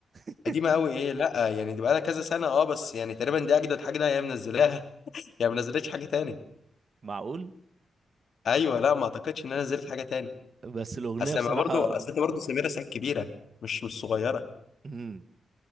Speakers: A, on the right; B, on the left.
A: <laughs>
B: قديمه قوي ايه لا يعني دي بقالها كذا سنه اه بس يعني تقريبا دي اجدد حاجه هي منزلاها هي ما نزلتش حاجه تاني
A: معقول
B: ايوه لا ما اعتقدش ان انا نزلت حاجه تاني
A: بس الأغنية
B: اصل
A: بصراحة
B: ما برضو اصل انت برضو سميرة سعيد كبيره مش مش صغيره
A: مم.